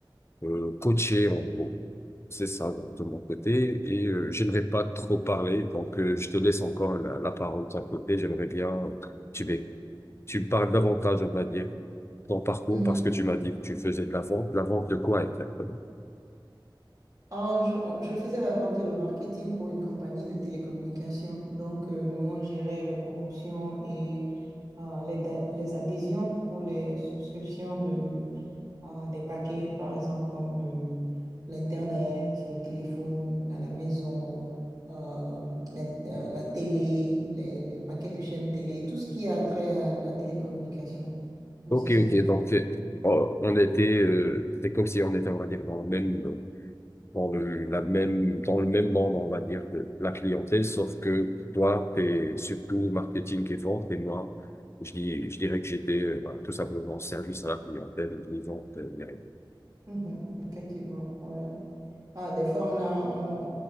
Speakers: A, on the left; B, on the right.
A: euh, coacher en gros. C'est ça de, de mon côté. Et euh, j'aimerais pas trop parler, donc euh, je te laisse encore la, la parole de ton côté. J'aimerais bien, euh, tu, m'é- tu me parles davantage, on va dire. ton parcours
B: mhm.
A: parce que tu m'as dit que tu faisais de la vente. La vente de quoi exactement?
B: Ah, je, on- je faisais la vente et le marketing pour une compagnie de télécommunications. Donc, euh, nous, on gérait les promotions et euh, les, da- les adhésions pour les subscriptions de, Ah, des paquets, par exemple, comme le, l'Internet, le téléphone à la maison, euh, la, euh, la télé, les, les paquets de chaînes télé, tout ce qui a trait à la télécommunication. Non,
A: Ok,
B: c'est
A: ok.
B: ce que je...
A: Donc, euh, oh, on était, euh, c'est comme si on était, on va dire, dans le même, dans le, la même, dans le même monde, on va dire, de la clientèle, sauf que toi, t'es surtout marketing et vente, et moi, je dis, je dirais que j'étais, euh, bah, tout simplement service à la clientèle, ni vente, euh, ni rien.
B: Mhm, effectivement, ouais. Ah, des fois, on a, on,